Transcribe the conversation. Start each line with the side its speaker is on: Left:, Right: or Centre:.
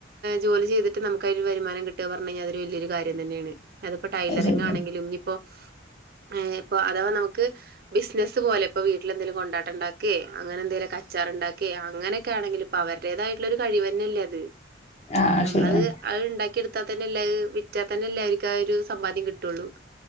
Right: ജോലി ചെയ്തിട്ട് നമുക്ക് അതിനൊരു വരുമാനം കിട്ട്കാ പറഞ്ഞ വലിയൊരു കാര്യം തന്നെ ആണ്. അതിപ്പോ ടൈലറിങ്
Left: അത് ശരിയാ
Right: ആണെങ്കിലും ഞ്ഞിപ്പോ ഏ പ്പൊ അഥവാ നമുക്ക് ബിസിനസ് പോലെ പ്പം വീട്ടിലെന്തേലും കൊണ്ടാട്ടം ണ്ടാക്കേ അങ്ങനെ എന്തേലുമൊക്കെ അച്ചാർ ണ്ടാ- ക്കെ അങ്ങനെയൊക്കെ ആണെങ്കിൽ പ്പം അവരുടേതായിട്ടുള്ള ഒരു കഴിവ് തന്നെ അല്ലെ അത്
Left: ആഹ്
Right: നമ്മളത്
Left: ശരിയാണ്
Right: അത്ണ്ടാക്കിയെട് ത്താത്തന്നെല്ല വിറ്റാത്തന്നെല്ലെ അവർക്ക് ആ ഒര് സമ്പാദ്യം കിട്ടൊള്ളൂ